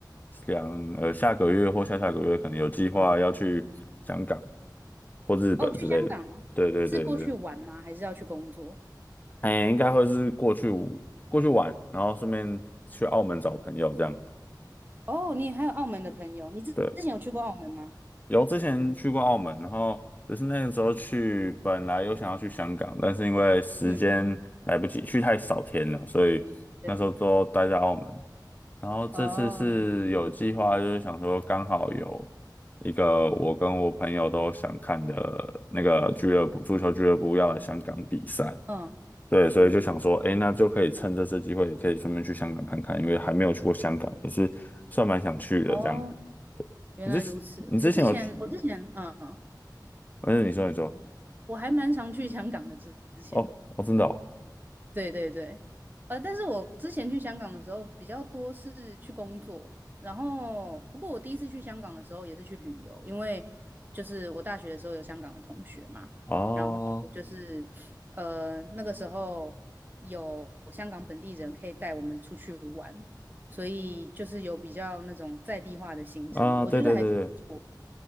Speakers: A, on the left; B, on the right.
A: 两，呃，下个月或下下个月可能有计划要去香港
B: 嗯，
A: 或日本之类的。
B: 哦，去香港哦是过去玩吗？
A: 对对对对，
B: 还是要去工作？
A: 哎，应该会是过去过去玩，然后顺便去澳门找朋友这样。
B: 哦，你还有澳门的朋友，你之之前有去过澳门吗？
A: 对，有之前去过澳门，然后只是那个时候去，本来有想要去香港，但是因为时间来不及，
B: 嗯，
A: 去太少天了，所以那时候都待在澳门。
B: 对，
A: 然后这次是有计划，
B: 哦，
A: 就是想说刚好有一个我跟我朋友都想看的那个俱乐部，足球俱乐部要来香港比赛，
B: 嗯，
A: 对，所以就想说，哎，那就可以趁这次机会，也可以顺便去香港看看，因为还没有去过香港，也是算蛮想去的这样。
B: 哦，原来如此。
A: 你之你之前有
B: 我之前，我之前，嗯，
A: 嗯，你说你说，
B: 我还蛮常去香港的之之前。
A: 哦哦，真的
B: 对对对，呃，但是我之前去香港的时候比较多是去工作，然后不过我第一次去香港的时候也是去旅游，因为就是我大学的时候有香港的同学嘛，
A: 哦，
B: 然后就是呃那个时候有香港本地人可以带我们出去玩，所以就是有比较那种在地化的行程，
A: 啊啊，
B: 我觉得还挺不错
A: 对对对对，